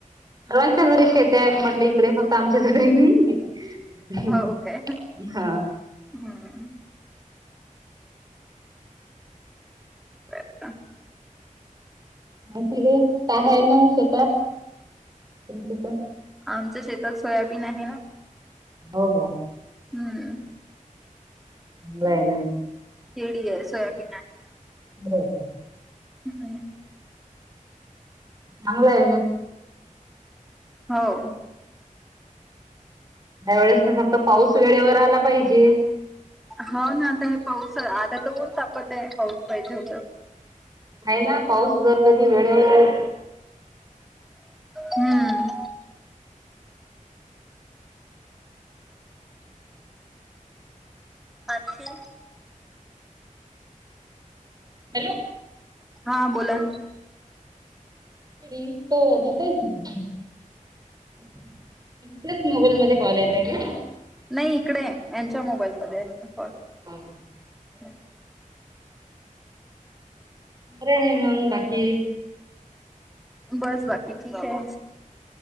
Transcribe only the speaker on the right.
सर्वांच्या घरी शेेत आहेत म्हटलं इकडे फक्त आमच्या घरी नाही
हा
तठी आहे काय कायल मग शेतात शेत
हो का
ला आहे ना
बरोर
चगय
त्या वेळेस ना फक्त पाऊस वेळेवर आला पाहिजे
आहे ना पाऊस जर कधी वेळेवर आला
हॅलो
ी दो वाजे ते <unintelligible> त्याच मोबाईलमध्ये कॉल येताय का
ह <inaudible>
बरं आहे मग बाकी